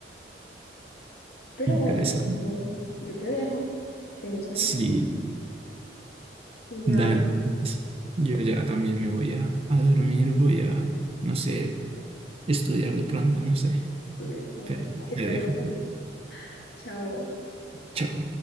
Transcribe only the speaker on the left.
Pero
bueno, no, yo te dejo, tengo sueño
y nada,
estudia. Bueno,
que
te
rinda. <laughs> Chao.